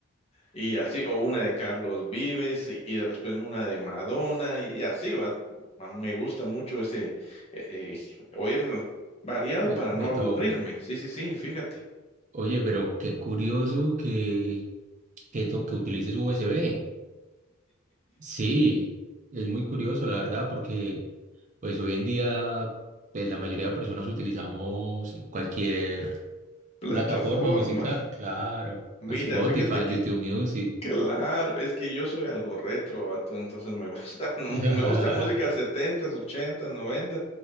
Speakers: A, on the left (about 30°); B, on the right (about 35°).
A: Y así, o una de Carlos Vives y, y después una de Madonna y, y así, ¿va? Ma- Me gusta mucho ese eh, eh, oír variado
B: De,
A: para
B: de
A: no aburrirme.
B: todo.
A: Sí, sí, sí, fíjate.
B: Oye, pero qué curioso que, que, to- que utilices USB. Sí, es muy curioso, la verdad, porque pues hoy en día pues, la mayoría de personas utilizamos cualquier
A: Plataforma.
B: plataforma musical, claro.
A: Mira,
B: Spotify,
A: fíjate que
B: YouTube Music.
A: Claro, es que yo soy algo retro, vato, entonces me gusta, <laughs> mu-
B: <laughs>
A: me gusta música setentas, ochentas, 80